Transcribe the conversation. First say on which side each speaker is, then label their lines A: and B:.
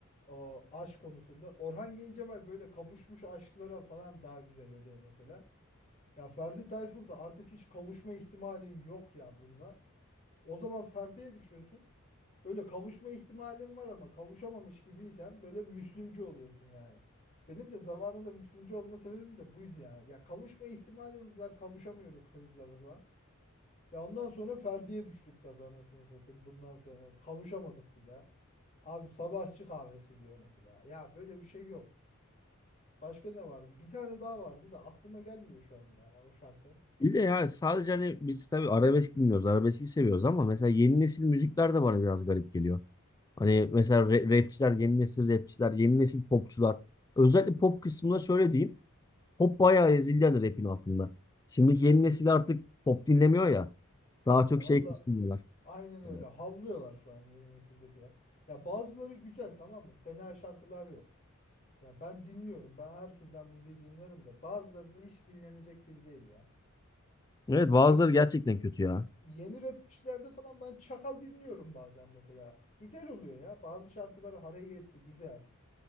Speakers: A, on the left (about 35°); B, on the left (about 15°).
A: o aşk konusunda Orhan Gencebay böyle kavuşmuş aşklara falan daha güzel oluyor mesela. Ya Ferdi Tayfur'da artık hiç kavuşma ihtimalin yok ya bununla. O zaman Ferdi'ye düşüyorsun. Böyle kavuşma ihtimalin var ama kavuşamamış gibiysen böyle Müslümcü oluyorsun yani. Benim de zamanında Müslümcü olma sebebim de buydu ya. Ya kavuşma ihtimalimiz var kavuşamıyoruz kızla falan. Ya ondan sonra Ferdi'ye düştük tabii anasını satayım bundan sonra. Kavuşamadık bir daha. Abi sabahçı kahvesi diyor mesela. Ya böyle bir şey yok. Başka ne vardı? Bir tane daha vardı da aklıma gelmiyor şu an ya o şarkı.
B: Bir de yani sadece hani biz tabii arabesk dinliyoruz, arabeski seviyoruz ama mesela yeni nesil müzikler de bana biraz garip geliyor. Hani mesela ra- rapçiler, yeni nesil rapçiler, yeni nesil popçular. Özellikle pop kısmında şöyle diyeyim. Pop bayağı ezildi hani rapin altında. Şimdiki yeni nesil artık pop dinlemiyor ya. Daha
A: Ya
B: çok şey
A: valla
B: kısmıyorlar.
A: aynen öyle.
B: Evet,
A: Havlıyorlar şu an yeni nesildekiler. Ya bazıları güzel tamam mı? Fena şarkılar yok. Ya ben dinliyorum. Ben her türden müziği dinlerim de bazıları da hiç dinlenecek gibi değil ya.
B: Evet, bazıları
A: Rap'te
B: gerçekten kötü ya.
A: yeni rapçilerde falan ben Çakal dinliyorum bazen mesela. Güzel oluyor ya. Bazı şarkıları hareketli, güzel.